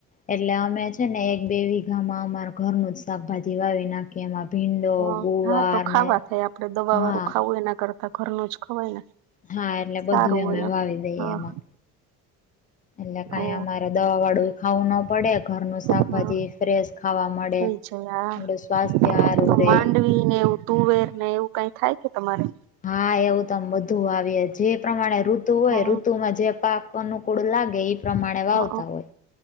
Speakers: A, on the left; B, on the right.
A: એટલે અમે છે ને એક બે વીઘામાં અમારુ ઘરનું જ શાકભાજી વાવી નાખી કે એમાં ભીંડો,
B: હા
A: ગુવાર,
B: હા તો ખાવા
A: ને
B: થાય આપડે દવા
A: હા
B: વાળું ખાવું એના કરતા ઘરનું જ ખવાય ને
A: હા, એટલે
B: સારું
A: બધું અમે
B: હોય એમ
A: વાવી દઈએ
B: હા
A: એમાં એટલે કઈ
B: ઓ
A: અમારે દવા વાળું ખાવું ન પડે ઘરનું શાકભાજી
B: હા
A: ફ્રેશ ખાવા મળે
B: થઈ જાય હા
A: મૂડે સ્વાસ્થ્ય હારુ
B: તો
A: રે
B: માંડવી ને એવું તુવેર ને એવું કઈ થાય કે તમારે
A: હા, એવું તમ બધું આવીએ જે પ્રમાણે ઋતુ હોય,
B: હા
A: ઋતુમાં જે પાક અનુકૂળ લાગે પ્રમાણે
B: હઅ
A: વાવતા હોય